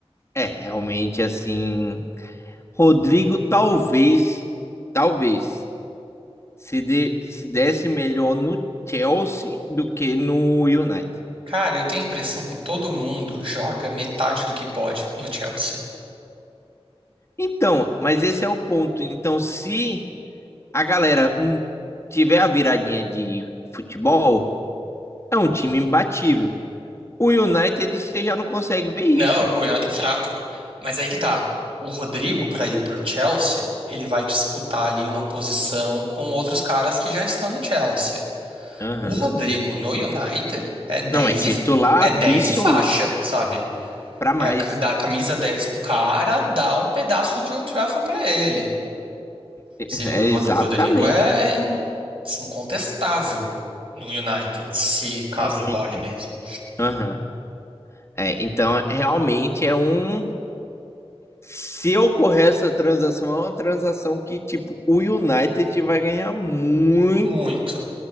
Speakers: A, on the left (about 25°); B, on the right (about 60°).
A: é realmente assim. Rodrigo, talvez. Talvez. se, de, se desse melhor no Chelsea do que no United.
B: Cara, eu tenho a impressão que todo mundo joga metade do que pode no Chelsea.
A: Então, mas esse é o ponto. Então, se a galera um, tiver a viradinha de futebol, é um time imbatível. O United, você já não consegue ver isso.
B: Não, o United é fraco. Mas aí que tá. O Rodrigo, para ir pro Chelsea, ele vai disputar ali uma posição com outros caras que já estão no Chelsea.
A: Aham.
B: O Rodrigo no United é dez
A: Não é titular
B: e, é
A: absoluto
B: 10 e faixa, sabe?
A: para mais.
B: É a ca- dar a
A: <laughs>
B: camisa 10 pro cara, dar um pedaço de Old Trafford pra ele.
A: É
B: Sim, o, Rod-
A: exatamente.
B: o Rodrigo é, é assim, incontestável no United, se caso
A: Muito.
B: role mesmo.
A: Aham. É, então, realmente é um Se ocorrer essa transação, é uma transação que, tipo, o United vai ganhar muito
B: Muito.